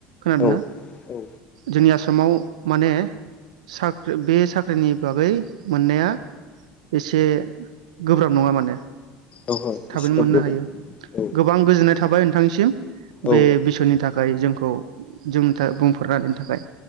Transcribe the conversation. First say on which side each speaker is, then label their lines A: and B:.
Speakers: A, on the right (about 85°); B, on the left (about 35°).
A: खोनादोना
B: औ औ
A: जोंनि आसामाव माने साख्रि बे साख्रिनि बागै मोननाया एसे गोब्राब नङा माने
B: ओहो
A: थाबैनो
B: इसिग्राब
A: मोननो
B: गोबाव
A: हायो
B: नङा औ
A: गोबां गोजोननाय थाबाय नोंथांनिसिम
B: औ
A: बे बिसयनि थाखाय जोंखौ जों था बुंफोरना होनायनि थाखाय